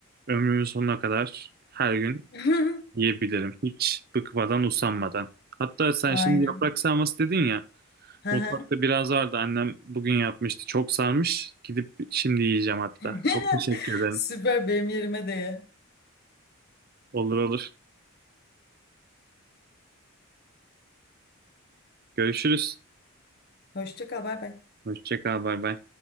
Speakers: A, on the right (about 45°); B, on the left (about 45°).
A: ömrümün sonuna kadar her gün
B: <laughs>
A: yiyebilirim. Hiç bıkmadan, usanmadan. Hatta sen
B: Aynen.
A: şimdi yaprak sarması dedin ya.
B: Hı hı.
A: Mutfakta biraz vardı. Annem bugün yapmıştı. Çok sarmış. Gidip şimdi yiyeceğim hatta.
B: <laughs>
A: Çok teşekkür ederim.
B: Süper benim yerime de ye.
A: Olur olur. Görüşürüz.
B: Hoşça kal, bay bay.
A: Hoşça kal. Bay bay.